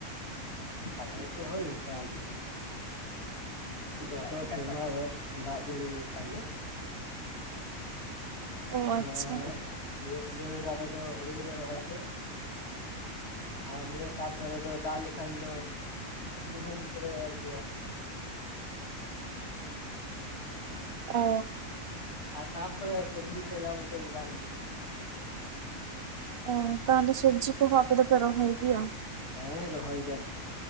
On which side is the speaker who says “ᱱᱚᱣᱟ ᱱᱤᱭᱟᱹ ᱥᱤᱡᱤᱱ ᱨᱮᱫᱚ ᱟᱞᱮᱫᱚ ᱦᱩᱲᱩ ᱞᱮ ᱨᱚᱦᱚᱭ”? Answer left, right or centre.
Left